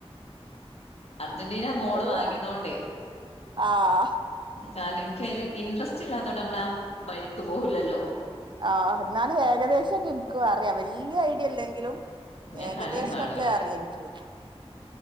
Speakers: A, on the left; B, on the right.
A: അർജന്റീന മോള്
B: അള്ളാ
A: വാങ്ങിയതോണ്ടേ
B: ആഹ്
A: കാരണം എനിക്ക അതില് ഇന്റ്രസ്റ്റ് ഇല്ലാത്തതോണ്ട് നമ്മള ആ ബഴിക്ക് പോകൂല്ലല്ലോ
B: ആഹ് ന്നാലും ഏകദേശം ഒക്കെ ഇൻക്കും അറിയാ വല്യയ ഐഡിയ ഇല്ലെങ്കിലും
A: പിന്നെ
B: ഏകദേശം
A: കളിയും കാണൂല
B: ക്കെ അറിയ ഇൻക്ക്